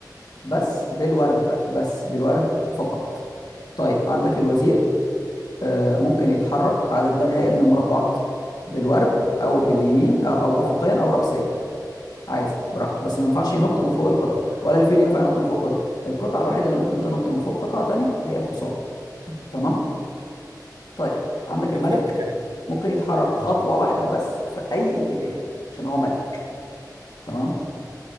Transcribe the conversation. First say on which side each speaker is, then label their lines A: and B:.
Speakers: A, on the left; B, on the right.
A: بس بالورب بس بالورب فقط طيب عندك الوزير آه، ممكن يتحرك عدد لا نهائي من المربعات بالورب او باليمين او أو افقيا او راسيا عادي براحته بس ما ينفعش ينط من فوق القطع ولا الفيل ينفع ينط من فوق قطع القطعه الوحيده اللي ممكن تنط من فوق قطعه تانية هي الحصان <clears throat> تمام طيب عندك الملك
B: أنا فاهمك أيوة
A: ممكن يتحرك خطوه واحده بس في اي اتجاه عشان هو ملك تمام